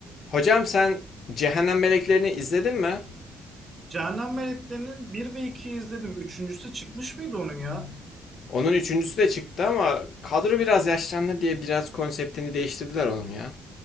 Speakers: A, on the left; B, on the right.
A: Hocam sen Cehennem Meleklerini izledin mi?
B: Cehennem Melekleri'nin bir ve 2'yi izledim. Üçüncüsü çıkmış mıydı onun ya?
A: Onun üçüncüsü de çıktı ama kadro biraz yaşlandı diye biraz konseptini değiştirdiler onun ya.